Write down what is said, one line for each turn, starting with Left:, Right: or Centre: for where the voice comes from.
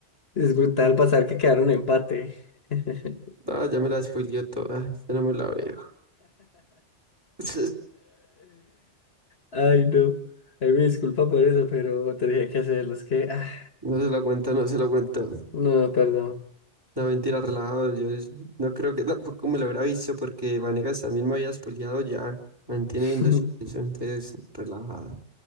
Left: es brutal pasar que quedaron empate. <laughs>
Right: Ah, ya me la spoileó toda, ya no me la veo. <laughs>
Left: Ay, no. Ay, me disculpa por eso, pero tenía que hacerlo. Es que, ah,
Right: No se lo aguanta, no se lo aguanta.
Left: no, perdón.
Right: No, mentira, relajado. Yo es- no creo que tampoco me lo hubiera visto porque Vanegas también me había spoileado ya. Mantiene
Left: <laughs>
Right: viendo eso, entonces relajado.